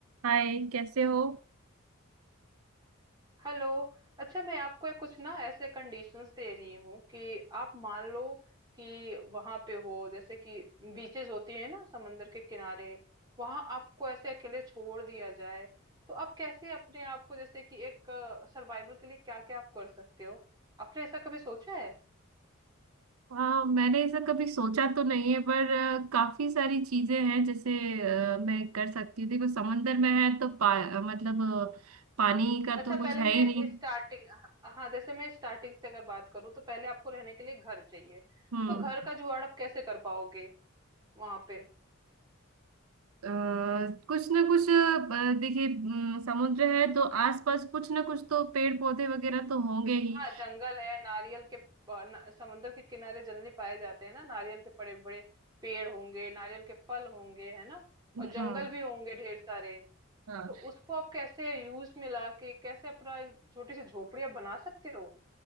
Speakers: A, on the right (about 85°); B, on the right (about 20°).
A: हाय कैसे हो
B: Hello अच्छा मैं आपको एक कुछ ना ऐसे कंडीशंस दे रही हूँ कि आप मान लो कि वहां पे हो जैसे कि बीचेस होती है ना समंदर के किनारे वहां आपको ऐसे अकेले छोड़ दिया जाए तो आप कैसे अपने आप को जैसे कि एक सर्वाइवल के लिए क्या क्या आप कर सकते हो आपने ऐसा कभी सोचा है
A: हाँ मैंने ऐसा कभी सोचा तो नहीं है पर अ, काफी सारी चीजें हैं जैसे अ, मैं कर सकती हूँ देखो समंदर में है तो पा, अ, मतलब अ, पानी का
B: अच्छा
A: तो कुछ
B: पहले
A: है
B: मैं
A: ही नहीं
B: स्टार्टिंग हाँ हाँ, जैसे मैं स्टार्टिंग से अगर बात करूँ तो पहले आपको रहने के लिए घर चाहिए
A: हम्म
B: तो घर का जुगाड़ आप कैसे कर पाओगे वहां पे
A: अ, कुछ ना कुछ अ, देखिए अम, समुद्र है तो आसपास कुछ ना कुछ तो पेड़ पौधे वगैरह तो होंगे ही
B: हाँ जंगल है नारियल के प- ना, समुद्र के किनारे जनरली पाए जाते हैं ना नारियल के बड़े बड़े पेड़ होंगे नारियल के फल होंगे है ना और जंगल
A: हाँ
B: भी होंगे ढेर सारे
A: हाँ
B: तो उसको आप कैसे यूज में ला के कैसे अपना एक छोटी सी झोपड़ी आप बना सकते हो